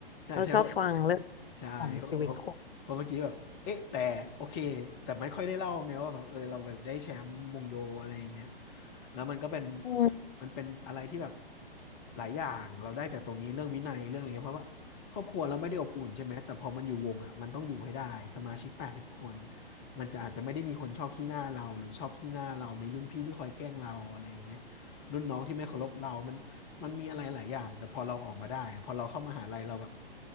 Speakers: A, on the left (about 20°); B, on the left (about 70°).
A: ใช่ใช่เพราะ
B: เราชอบฟังเรื่อง
A: ใช่เพราะเพราะเมื่อกี้แบบเอ๊ะแต่โอเคแต่ไม่ค่อยได้เล่าไงว่าแบบเออเราแบบได้แชมป์วงโยอะไรอย่างเงี้ย
B: ของชีวิตคน
A: แล้วมันก็เป็น
B: อืม
A: มันเป็นอะไรที่แบบหลายอย่างเราได้จากตรงนี้เรื่องวินัยเรื่องอะไรเงี้ยเพราะว่าครอบครัวเราไม่ได้อบอุ่นใช่ไหมแต่พอมันอยู่วงอ่ะมันต้องอยู่ให้ได้สมาชิกแปดสิบคนมันจะอาจจะไม่ได้มีคนชอบขี้หน้าเราหรือชอบขี้หน้าเรามีรุ่นพี่ที่คอยแกล้งเราอะไรอย่างเงี้ยรุ่นน้องที่ไม่เคารพเรามันมันมีอะไรหลายอย่างแต่พอเราออกมาได้อะพอเราเข้ามหาลัยเราแบบ